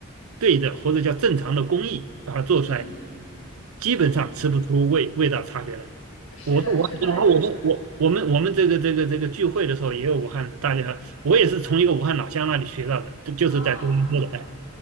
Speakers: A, on the right (about 80°); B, on the left (about 85°).
A: 对的或者叫正常的工艺把它做出来，
B: 嗯，
A: 基本上吃不出味味道差别来。
B: 是的，
A: 我是武汉然后我们我我们我们这个这个这个聚会的时候也有武汉的，
B: 是的，有
A: 大家我也是从一个武汉老乡那里学到的，就就是在多伦多的。
B: 啊。
A: 哎，